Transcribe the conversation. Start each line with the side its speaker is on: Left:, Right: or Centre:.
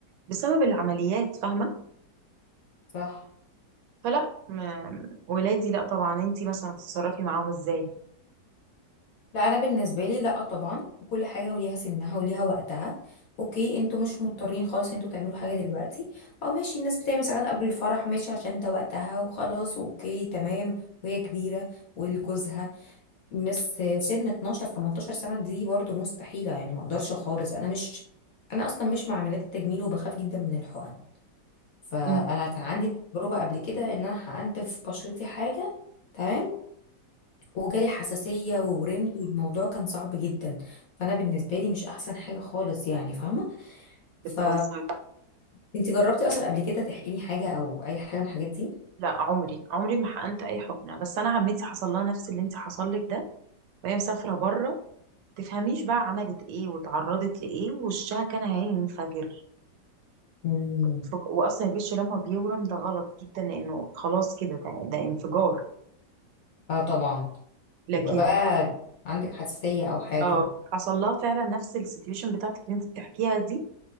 Right: بسبب العمليات فاهمه
Left: صح
Right: فلا ما... ولادي لا طبعا انتي مثلا تتصرفي معاهم ازاي
Left: لا انا بالنسبه لي لا طبعا وكل حاجه وليها سنها وليها وقتها اوكي انتوا مش مضطرين خالص ان انتوا تعملوا حاجه دلوقتي او ماشي الناس بتعمل ساعات قبل الفرح ماشي عشان ده وقتها وخلاص اوكي تمام وهي كبيره ولجوزها الناس سن 12 18 سنه دي برضو مستحيله يعني ما اقدرش خالص انا مش انا اصلا مش مع عمليات التجميل وبخاف جدا من الحقن فانا
Right: مم،
Left: كان عندي تجربه قبل كده ان انا حقنت في بشرتي حاجه تمام وجالي حساسية وورمت والموضوع كان صعب جدا فأنا بالنسبة لي مش أحسن حاجة خالص يعني فاهمة ف
Right: بتهزري
Left: انت جربتي أصلا قبل كده تحقني حاجة أو أي حاجة من الحاجات دي؟
Right: لا عمري عمري ما حقنت اي حقنه بس انا عمتي حصل لها نفس اللي انت حصل لك ده وهي مسافره بره تفهميش بقى عملت ايه واتعرضت لايه ووشها كان هينفجر
Left: مم.
Right: انفج- واصلا الوش لما بيورم ده غلط جدا لانه خلاص كده ده, ده انفجار
Left: اه طبعا
Right: لكن
Left: يبقى بقى عندك حساسية أو حاجة
Right: اه حصل لها فعلا نفس السيتويشن بتاعتك اللي انت بتحكيها دي